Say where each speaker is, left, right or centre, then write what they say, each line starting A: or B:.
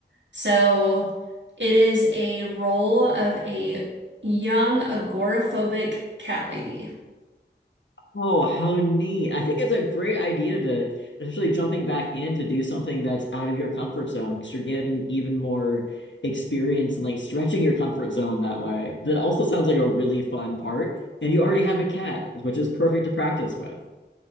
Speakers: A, on the right; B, on the left.
A: So it is a role of a young agoraphobic cat lady.
B: Oh, how neat. I think it's a great idea to, especially jumping back in to do something that's out of your comfort zone because you're getting even more experience and like stretching your comfort zone that way. That also sounds like a really fun part. And you already have a cat, which is perfect to practice with.